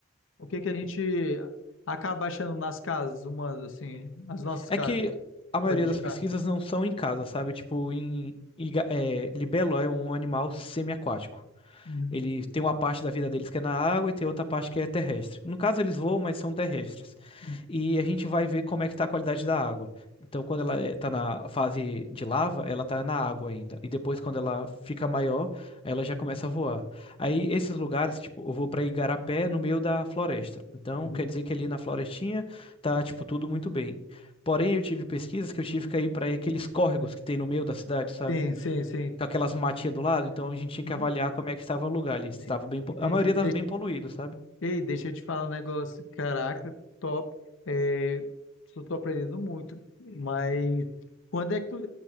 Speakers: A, on the left (about 65°); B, on the left (about 25°).
A: o que que a gente acaba achando nas casas humanas, assim, as nossas
B: É
A: casas,
B: que a maioria
A: pode indicar?
B: das pesquisas não são em casa, sabe? Tipo, em, em ga- é, libelo é um animal semi aquático
A: Uhum,
B: Ele tem uma parte da vida deles que é na água e tem outra parte que é terrestre. No caso, eles voam, mas são terrestres.
A: uhum,
B: E a gente vai ver como é que está a qualidade da água. Então, quando
A: entendi,
B: ela está na fase de lava, ela está na água ainda. E depois, quando ela fica maior, ela já começa a voar. Aí, esses
A: entendi.
B: lugares, tipo, eu vou para Igarapé, no meio da floresta. Então,
A: Uhum.
B: quer dizer que ali na florestinha tá, tipo, tudo muito bem. Porém, eu tive pesquisas que eu tive que ir para aqueles córregos que tem no meio da cidade, sabe?
A: Sim, sim, sim.
B: com aquelas matinhas do lado, então a gente tinha que
A: Hum,
B: avaliar como é que estava o lugar ali. Estava
A: de-
B: bem, po-
A: Entendi.
B: a maioria estava bem poluído, sabe?
A: Ei, deixa eu te falar um negócio. Caraca, top. É, só tô aprendendo muito. Mas quando é que tu.